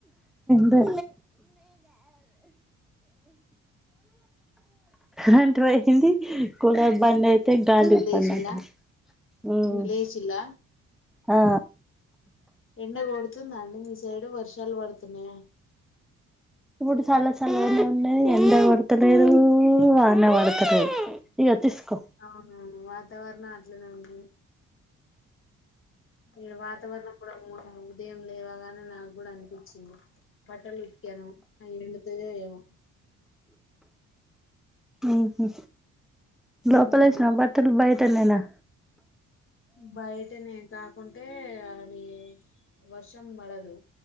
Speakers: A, in the centre; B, on the left (about 45°).
A: న అంట పోయొచ్చింది కూడా బన్నైతే గాలి
B: ఇంగ లేచిల్లా
A: పన్నట ఉమ్
B: ఇంగ లేచిల్లా
A: ఆ
B: ఎండ కొడుతుందా అండి మీ సైడ్ వర్షాలు పడుతున్నాయా?
A: ఇప్పుడు చాలా సల్లగా ఉండది ఎంత కొడతలేదు వాన పడ్తలేదు ఇగో తీస్కో
B: అవునవును వాతావరణం అట్లేనే ఉంది ఈడ వాతావరణం కూడా ఉదయం లేవాగానే నాగూడా అన్పిచ్చింది బట్టలు ఉతికాను అవి ఎండుతాయో ఏమో
A: ఊహు లోపలేష్నవా
B: ఉమ్
A: బట్టలు బయటనేేనా?
B: బయటనే కాకుంటే అది వర్షం పడదు